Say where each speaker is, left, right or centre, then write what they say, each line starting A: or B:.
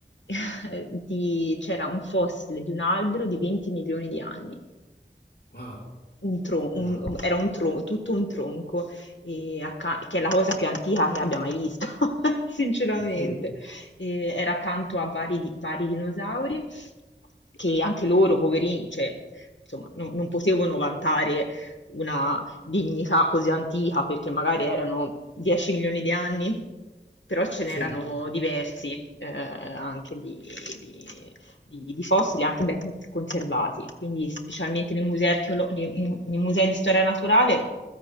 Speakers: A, on the left; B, on the left.
A: <laughs> di c'era un fossile di un albero di 20 milioni di anni.
B: Wow.
A: Un tro
B: No.
A: un um, era un tro tutto un tronco, ehm, acca che è la cosa più antica che abbia mai visto, <laughs> sinceramente.
B: Sì,
A: Ehm, era accanto a vari di vari dinosauri, che anche loro poverini, cioè insomma non non potevano vantare una dignità così antica, perché magari erano 10 milioni di anni, però ce n'erano
B: sì.
A: diversi, ehm, anche di di di, di fossili anche ben con- conservati, quindi specialmente nei musei, archeolo- nei mu- nei musei di storia naturale,